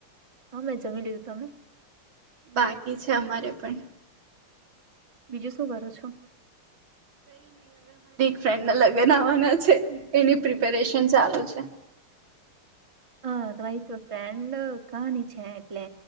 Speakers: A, on the right; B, on the right.
A: હા મેં જમી લીધું તમે?
B: બાકી છે અમારે પણ.
A: બીજું શું કરો છો?
B: ફ્રેન્ડના લગન આવવાના છે એની પ્રિપે પેરેશન ચાલુ છે.
A: હા તમારી તો ફ્રેન્ડ કાની છે એટલે